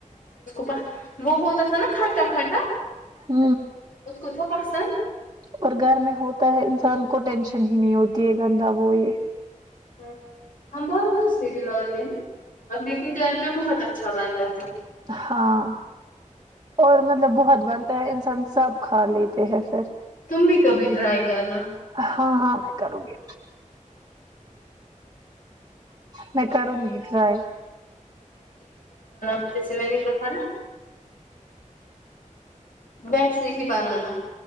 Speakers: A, on the left; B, on the right.
A: پا وہ ہوتا تھا نا کھٹا کھٹا
B: ہ
A: اس کو تھا پسند
B: اور گھر میں ہوتا ہے ان کو ٹینشن ہی نہیں ہوتی ہے گندا وہ یہ
A: ہ ہم بہت مے بھی لاتے ہیں اب لیکن گھر پہ بہت اچھا بنتا ہے
B: ہاں اور مطلب بہت بنتا ہے انسان سب کھا لیتے ہیں پھر
A: تم بھی کبھی ٹرائی کرنا
B: ہاں ہاں میں کروں گی میں کروں گی ٹرائی
A: اچھا س میں ک تھا نا بس یہی بنوناا